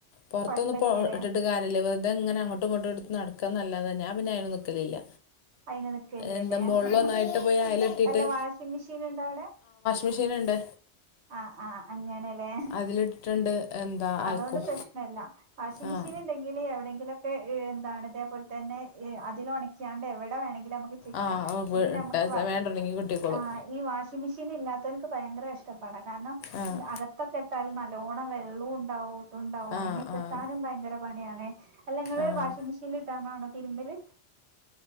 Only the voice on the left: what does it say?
പുറത്തൊന്നും
ഇട്ടിട്ട് കാര്യല്ല വെറുതെ അങ്ങനെ അങ്ങോട്ട് ഇങ്ങട്ടും എടുത്ത് നടക്കാന്നല്ലാതേ ഞാൻ പിന്നെ അതിന് നിക്കലില്ല
എന്താ മോളിലൊന്നായിട്ട്
പോയി അയലെട്ടിയിട്ട്
മിഷീന്ണ്ട്
അതിലിട്ടിട്ടുണ്ട് എന്താ അലക്കും
ആഹ്
ആഹ് അവൾക്ക്
ഇട്ടാ
വേണ്ടുണ്ടെങ്കിൽ കിട്ടിക്കോളും
ആഹ്
ആഹ്
ആഹ്
ആഹ്